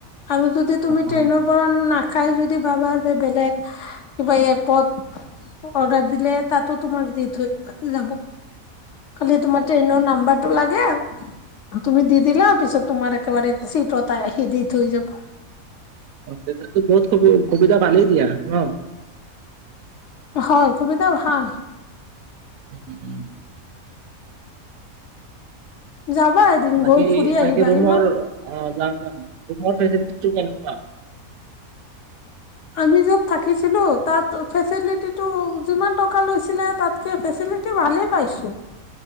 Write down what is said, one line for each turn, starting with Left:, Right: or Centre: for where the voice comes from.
Left: আৰু যদি তুমি
Right: অ
Left: ট্ৰেইনৰ পৰা না খাই যদি ভাবা যে বেলেগ কিবা এপত। অৰ্ডাৰ দিলে তাতো তোমাক দি থৈ যাব। খালি তোমাৰ ট্ৰেইনৰ নাম্বাৰ টো লাগে। তুমি দি দিলা পিছত তোমাৰ একেবাৰে চিটত আহি দি থৈ যাব।
Right: অ তেতিয়াতো বহুত সু সুবিধা ভালেই দিয়া ন।
Left: হয় সুবিধা ভাল।
Right: <unintelligible>
Left: যাবা। এদিন
Right: বাকী
Left: গৈ ফুৰি
Right: বাকী
Left: আহিবা
Right: ৰুমৰ
Left: ইমান
Right: অ যাম যাম ৰুমৰ ফেচিলিটিতো কেনেকুৱা?
Left: আমি য'ত থাকিছিলোঁ তাত ফেচিলিটি ত যিমান টকা লৈছিলে তাতকে ফেচিলিটি ভালেই পাইছোঁ।